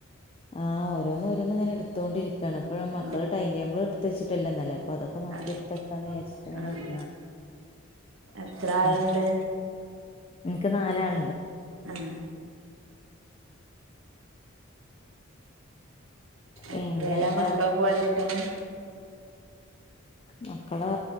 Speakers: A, on the left; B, on the right.
A: ആ ഓരോന്ന് ഓരോന്ന് ഇങ്ങനെ എടുത്തോണ്ടിരിക്കാണ് അപ്പയാ മക്കളെ
B: ആഹ്
A: ടൈം ടേബിൾ എടുത്ത് ട്ടില്ലന്നലെ അപ്പൊ അതൊക്കെ നോക്കി
B: ആഹ്
A: എടുത്ത് വെക്കാന്ന് വിചാരിച്ചട്ട് അങ്ങനെ
B: ആഹ്
A: ഒര്ങ്ങാണ്
B: എത്ര ആളുണ്ട്
A: ഉം എനിക്ക് നാലാൾ
B: ആഹ്
A: പിന്നെന്താ
B: എത്രേലാ മക്കളൊക്കെ പഠിക്ക്ണെ
A: മക്കള്